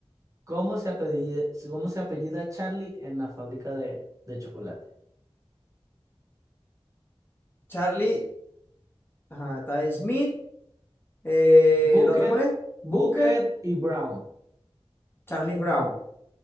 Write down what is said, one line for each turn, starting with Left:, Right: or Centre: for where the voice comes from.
Right: ¿Cómo se apellida, cómo se apellida Charlie en la fábrica de, de chocolate?
Left: Charlie, ajá, está Smith. eh,
Right: Bucket,
Left: ¿el otro cuál es? Booker,
Right: Bucket y Brown.
Left: Charlie Brown.